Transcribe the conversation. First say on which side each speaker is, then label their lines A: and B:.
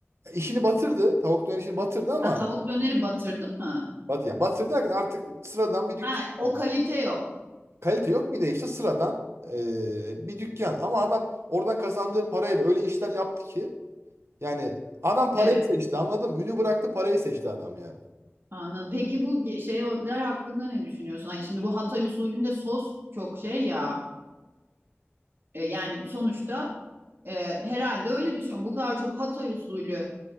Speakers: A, on the right; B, on the right.
A: işini batırdı. Tavuk döner işini batırdı ama
B: Ha, tavuk döneri batırdı mı?
A: Bat, ya batır derken artık sıradan bir dükkan.
B: Ha, o
A: yani.
B: kalite yok.
A: Kalite yok bir de işte sıradan e, bir dükkan. Ama adam oradan kazandığı parayla öyle işler yaptı ki yani adam parayı
B: Evet.
A: seçti anladın mı? Ünü bıraktı parayı seçti adam yani.
B: Anladım. Peki bu ge- şeyler hakkında ne düşünüyorsun? Hani şimdi bu Hatay usulünde sos çok şey ya. E, yani sonuçta e, herhalde öyle düşünüyorum. Bu kadar çok Hatay usulü